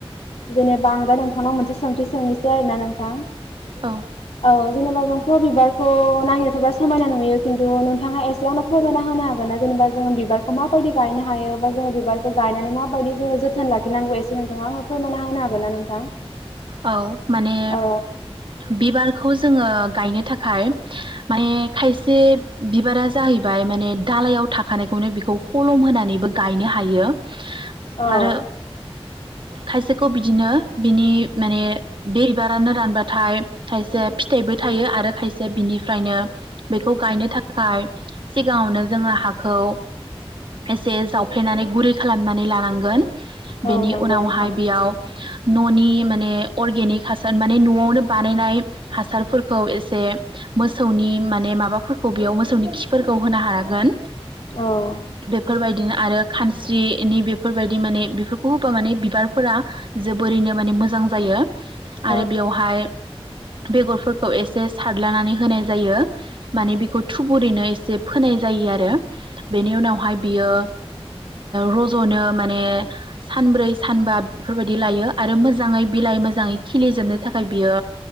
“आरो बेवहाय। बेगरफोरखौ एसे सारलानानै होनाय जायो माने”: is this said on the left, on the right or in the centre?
Right